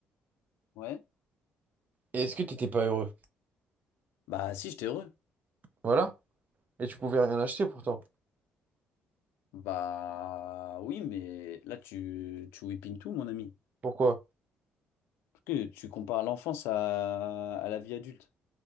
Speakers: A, on the left; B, on the right.
A: ouais.
B: Et est-ce que t'étais pas heureux?
A: Bah, si, j'étais heureux.
B: Voilà. Et tu pouvais rien acheter pourtant.
A: Bah, oui, mais là, tu, tu whippines tout, mon ami.
B: Pourquoi?
A: Parce que tu compares l'enfance à, à la vie adulte.